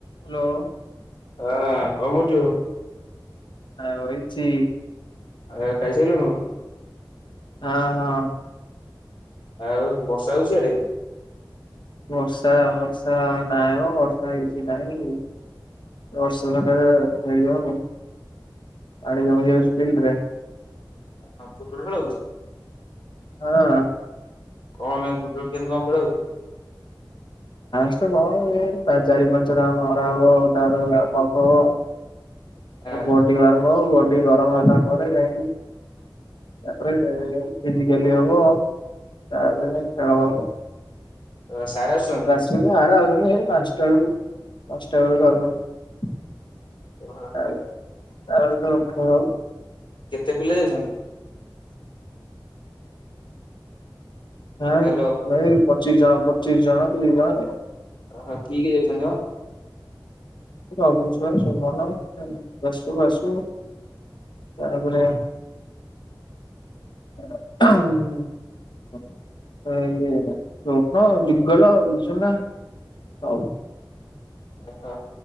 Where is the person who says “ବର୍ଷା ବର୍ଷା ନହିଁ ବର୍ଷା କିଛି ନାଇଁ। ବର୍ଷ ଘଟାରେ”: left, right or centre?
Left